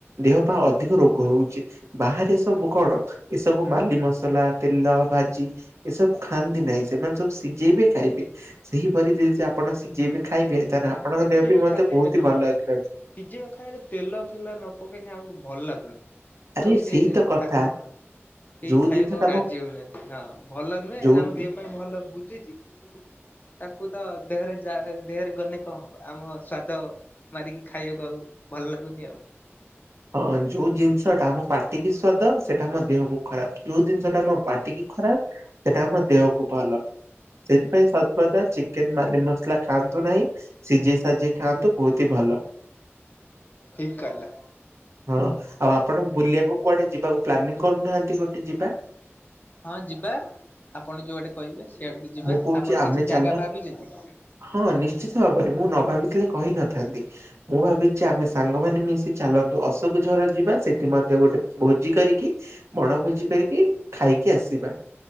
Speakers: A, on the right; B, on the left.
A: ଦେହ ପାଇଁ ଅଧିକ ରୋଗ ହଉଛି। ବାହାରେ ସବୁ କଣ ଏ ସବୁ ମାଲି ମସଲା ତେଲ ଭାଜି। ଏସବୁ ଖାଆନ୍ତି ନାହିଁ ସେମାନେ ସବୁ ସିଝେଇବେ ଖାଇବେ। ସେହିପରି ଯଦି ଆପଣ ସି ଯ ବି ଖାଇବେ ତାହେଲେ ଆପଣଙ୍କ
B: ସିଝେଇବା
A: ଦେହ ବି ମ ମଧ୍ୟେ
B: ଖାଦ୍ୟରେ
A: ବହୁତ
B: ହଁ
A: ହି ଭଲ
B: ଠିକ
A: ହେଇଥାନ୍ତା
B: ସିଝିବା ଖାଇଲେ ତେଲ ଫେଲ ନ ପକେଇନି ଆଉ ଭଲ ଲାଗୁନି।
A: ଆରେ
B: ତାଉ ସେ
A: ସେଇ ତ କଥା
B: ଖାଦ୍ୟ ନା ଏଇ
A: ଯୋଉ
B: ଖାଇବାକୁ
A: ଜିନିଷ
B: ଆଉ
A: ଟା
B: ରାଜି
A: ଆମ
B: ହଉନାହାନ୍ତି ହଁ ଭଲ ନୁହେଁ
A: ଯୋଉ
B: ଆମ ଦେହ ପାଇଁ ଭଲ ବୁଝୁଛି କିନ୍ତୁ ତାକୁ ତ ଦେହରେ ଯା ଦେହରେ ଗଲେ କଣବ ଆମ ସ୍ଵାଦ ମାରିକି ଖାଇବାକୁ ଆଉ ଭଲ ଲାଗୁନି ଆଉ।
A: ହଁ ଯୋଉ ଜିନିଷଟା ଆମ ପାଟିକି ସ୍ଵାଦ ସେଇଟା ମୋ ଦେହକୁୁ ଖରାପ ଯୋଉ ଜିନିଷ ତମ ବାଟିକି ଖରାପ ସେଟା ଆମ ଦେହକୁ ଭଲ ସେଥିପାଇଁ ସର୍ବଦା ଚିକେନ ମାଲି ମସଲା ଖାଆନ୍ତୁ ନାହିଁ ସିଝେଇ ସାଜିି ଖାଆନ୍ତୁ ବହୁତ ହି ଭଲ।
B: ଠିକ କହିଲ।
A: ହଁ ଆଉ ଆପଣ ବୁଲିବାକୁ କୁଆଡେ ଯିବାକୁ ପ୍ଲାନିଂ କରୁନାହାନ୍ତି ଗୋଟେ ଯିବା।
B: ହଁ ଯିବା ଆପଣ ଯୋଉଆଡେ କହିବେ ସେଆଡକୁ ଯିବା
A: ମୁଁ କହୁଛି
B: ଆପଣ
A: ଆମେ
B: କିଛି ଜାଗା
A: ଚାଲୁନ
B: ଭାବିଛନ୍ତି?
A: ହଁ ନିଶ୍ଚିତ ଭାବରେ ମୁଁ ନ ଭାବିଥିଲେ କହି ନଥାନ୍ତି ମୁଁ ଭାବିଛି ଆମେ ସାଙ୍ଗମାନେ ମିଶି ଚାଲନ୍ତୁ ଅଶୋକଝର ଯିବା ସେଠି ମଧ୍ୟ ଗୋଟେ ଭୋଜି କରିକି ବଣଭୋଜି କରିକି ଖାଇକି ଆସିବା